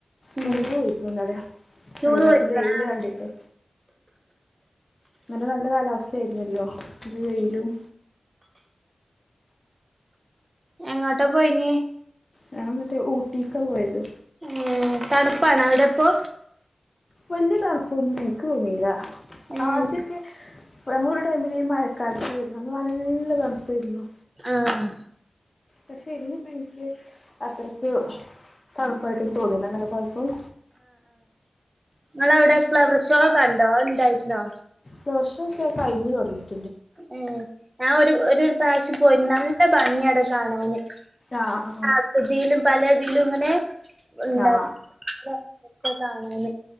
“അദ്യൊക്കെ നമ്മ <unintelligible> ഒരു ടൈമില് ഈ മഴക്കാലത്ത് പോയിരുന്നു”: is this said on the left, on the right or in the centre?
Left